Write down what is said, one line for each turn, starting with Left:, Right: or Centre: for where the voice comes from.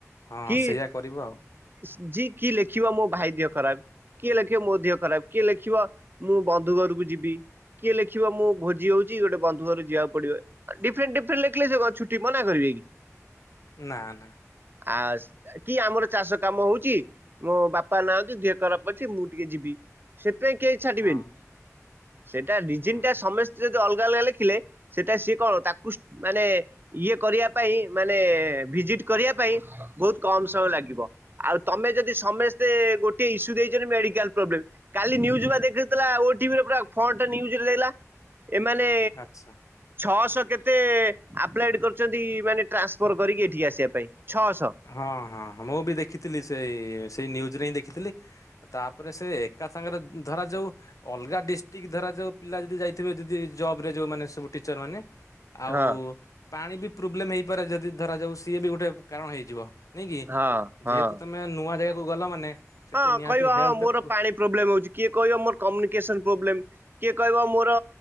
Left: ହଁ
Right: କି
Left: ସେଇଆ କରିବ ଆଉ।
Right: <unintelligible> ଲେଖିବ ମୋ ଭାଇ ଦିହ ଖରାପ। କିଏ ଲେଖିବ ମୋ ଦିହ ଖରାପ କିଏ ଲେଖିବ ମୁଁ ବନ୍ଧୁ ଘରୁକୁ ଯିବି। କିଏ ଲେଖିବ ମୁଁ ଭୋଜି ହଉଚି ଗୋଟେ ବନ୍ଧୁ ଘରୁକୁ ଯିଆକୁ ପଡିବ। ଆ ଡିଫରେଣ୍ଟ୍ ଡିଫରେଣ୍ଟ୍ ଲେଖିଲେ ସିଏ କଁ ଛୁଟି ମନା କରିବେ କି।
Left: ନା ନା।
Right: ଆଉ ସ୍ ଏ କି ଆମର ଚାଷ କାମ ହଉଚି ମୋ ବାପା ନାହାନ୍ତି ଦେହ ଖରାପ ଅଛି ମୁଁ ଟିକେ ଯିବି। ସେଥିପାଇଁ କେଇ ଛାଡିବେନି
Left: ହଁ
Right: ସେଟା ରିଜିନଟା
Left: ହୁଁ
Right: ସମେସ୍ତେ ଯ ଦି ଅଲଗା ଅଲଗା ଲେଖିଲେ ସେଟା ସିଏ କଣ ତାକୁ ସ୍ ମାନେ ଇଏ କରିବା ପାଇଁ ମାନେ ଭିଜିଟ୍ କରିବା ପାଇଁ ବୋହୁତ କମ୍ ସମୟ ଲାଗିବ। ଆଉ ତମେ ଯଦି ସମେସ୍ତେ ଗୋଟିଏ ଇସ୍ୟୁ ଦେଇଚନ୍ତି ମେଡିକାଲ ପ୍ରୋବ୍ଲେମ୍। କାଲି ନ୍ୟୁଜୁ ବା ଦେଖଉଥେଲା ଓ ଟିଭିରେ ପୁରା ଫଣ୍ଟ୍ ନ୍ୟୁଜୁରେ ଦେଲା ଏମାନେ
Left: ଆଚ୍ଛା
Right: ଛଅଶ କେତେ ଆପଲାଏଡ୍ କରିଚନ୍ତି ମାନେ ଟ୍ରାନ୍ସଫର୍ କରିକି ଏ ଠିକି ଆସିବା ପାଇଁ ଛଅଶ।
Left: ହଁ ହଁ ହଁ ମୁଁ ବି ଦେଖିଥିଲି ସେଇ ସେଇ ନ୍ୟୁଜରେ ହିଁ ଦେଖିଥିଲି। ଆରେ ତାପରେ ସେ ଏକା ସାଙ୍ଗେରେ ଉଁ ଧରା ଯାଉ ଅଲଗା ଡିଷ୍ଟିକି ଧରା ଯୋଉ ପିଲା ଯଦି ଯାଇଥିବେ ଯଦି ଜବରେ ଯୋଉମାନେ ସବୁ ଟିଚରମାନେ ଆଉ
Right: ହଁ
Left: ପାଣି ବି ପ୍ରୋବ୍ଲେମ୍ ହେଇପାରେ ଯଦି ଧରାଯାଉ ସିଏ ବି ଗୋଟେ ବୁ କାରଣ ହେଇଯିବ ନାଇଁ କି
Right: ହଁ ହଁ।
Left: ଯେହେତୁ ତମ୍ ମେ ନୂଆ ଜାଗାକୁ ଗଲ ମାନେ ସେଠି
Right: ହଁ
Left: ତ ନିହାତି
Right: କହିବ ହଁ
Left: ହେଲ୍ଥ
Right: ମୋର
Left: ପ୍ରୋ
Right: ପାଣି ପ୍ରୋବ୍ଲେମ୍ ହଉଚି କିଏ କହିବ ମୋର କମ୍ୟୁନିକେସନ୍ ପ୍ରୋବ୍ଲେମ୍। କିଏ କହିବ ମୋର